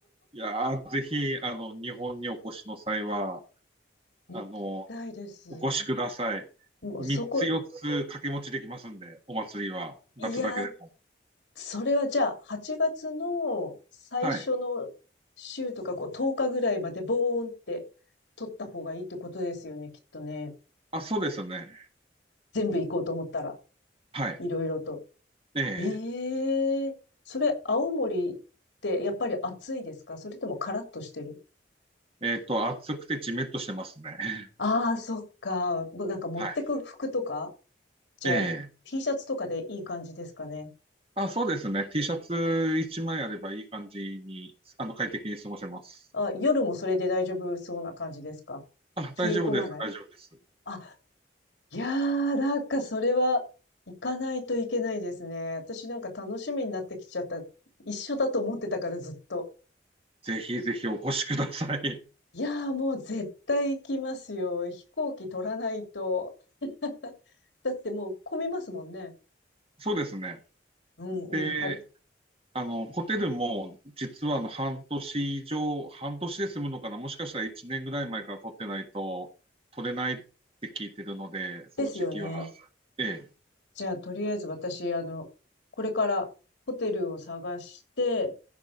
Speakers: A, on the right; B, on the left.
A: いやー、ぜひ、あの、日本にお越しの際は、
B: 行きたいです。
A: あの、お越しください。
B: もうそこ、
A: 3つ4つ掛け持ちできますんで、お祭りは、夏だけでも。
B: いやー、それはじゃあ、8月の最初の週とか、
A: はい。
B: こう、10日ぐらいまでボーンって取った方がいいってことですよね、きっとね。
A: あ、そうですね。
B: 全部行こうと思ったら、
A: はい。
B: いろいろと。
A: ええ。
B: ええーそれ、青森ってやっぱり暑いですかそれともカラッとしてる
A: えっと、暑くてじめっとしてますね。<laughs>
B: ああー、そっか。もうなんか持ってく服とか
A: はい。
B: じゃあ、
A: ええ。
B: T シャツとかでいい感じですかね。
A: あ、そうですね。T シャツ一枚あればいい感じに、あの、快適に過ごせます。
B: あ、夜もそれで大丈夫そうな感じですか
A: あ、大丈夫です。
B: 冷え込まない
A: 大丈夫です。
B: あ、いやー、なんかそれは行かないといけないですね。私なんか楽しみになってきちゃった。一緒だと思ってたからずっと。
A: ぜひぜひお越しください。
B: いやーもう絶対行きますよ。飛行機取らないと。<laughs> だってもう混みますもんね。
A: <laughs> そうですね。
B: うんうん、
A: で、
B: はい。
A: あの、ホテルも、実はあの、半年以上、半年で済むのかな。もしかしたら1年ぐらい前から取ってないと、取れないって聞いてるので、その時期は。
B: ですよね。
A: ええ、
B: じゃあ、とりあえず私、あの、これからホテルを探して、